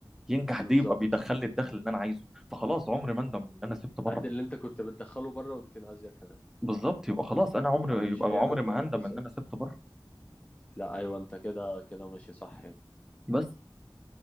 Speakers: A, in the centre; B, on the left.
A: ينجح
B: بالظبط
A: دي يبقى بيدخل لي الدخل اللي انا عايزه فخلاص عمري ما اندم ان انا سبت بره
B: قد اللي انت كنت بتدخله بره ويمكن ازيد كمان
A: بالظبط يبقى خلاص انا عمري
B: لو مش
A: يبقى
B: هيعمل
A: عمري
B: ده
A: ما
B: بالظبط
A: هندم ان انا سبت بره
B: لا ايوه انت كده كده ماشي صح يعني
A: بس